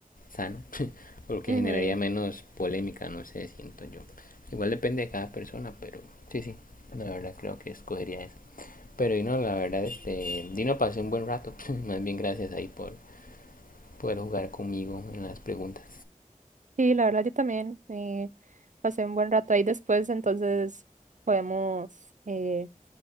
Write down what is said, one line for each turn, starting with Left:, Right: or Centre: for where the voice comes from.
Left: sano, <laughs> o lo que
Right: Ujú.
Left: generaría menos polémica, no sé, siento yo. Igual depende de cada persona, pero sí, sí, la verdad creo que escogería esa. Pero Dino, la verdad, este, Dino pasé un buen rato, <laughs> más bien gracias ahí por poder jugar conmigo en las preguntas.
Right: Sí, la verdad yo también eh, pasé un buen rato ahí después, entonces podemos eh,